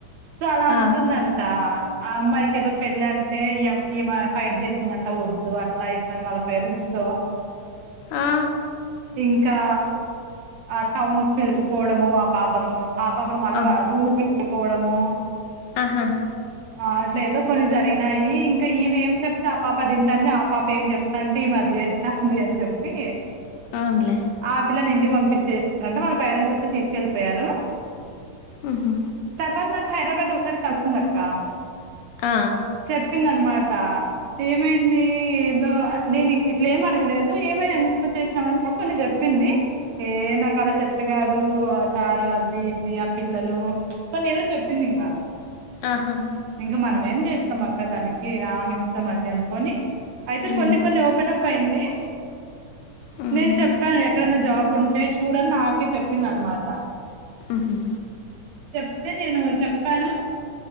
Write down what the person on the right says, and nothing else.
సో అలా
ఉంటుందంటా ఆ అమ్మాయికి ఏదో పెళ్ళంటే ఈ అమ్ ఈమె ఫైట్ చేసిందంట వద్దు అట్లా ఇట్లా అని వాళ్ళ పేరెంట్స్ తో
ఇంకా ఆ టౌన్ పిల్సకపోవడము ఆ పాపను ఆపాపను మళ్ళ
వాళ్ళ రూమ్ కి తీసుకపోవడము
ఆ అట్లేదో కొన్ని జరిగినాయి ఇంకా ఈమె ఏమి చే చెప్తే ఆ పాప తింటంది ఆ పాప ఏం చెప్తాంటే ఈమె అది చేస్తంది అని చెప్పి
ఆ పిల్లని ఇంటికి పంపించేరంట వాళ్ళ పేరెంట్స్ వచ్చి తీసుకెళ్ళిపోయారు
తర్వాత నాకు హైడ్రాబాద్ లో ఒకసారి కలిసింది అక్క
చెప్పిందన్నమాట ఏమైంది ఏదో నేను ఇట్లా ఏం అడగలేదు ఏమై ఎందుకు వచ్చేసినవు అంటే కొన్ని చెప్ ప్పింది ఏ నా కాడ సెట్టు కాదు ఆ సారు అది ఇది ఆ పిల్లలు కొన్ని ఏదో చెప్పింది ఇంగ
ఇంకా మనం ఏంచేస్తాం అక్క దానికి ఆమె ఇష్టం అది అనుకొని అయితే
కొన్ని కొన్ని ఓపెన్ అప్ అయింది
నేను చెప్పా ఎక్కడైనా జాబ్ ఉంటే చూడని నాకే చెప్పింది అన్నమాట
చెప్తే నేను చెప్పాను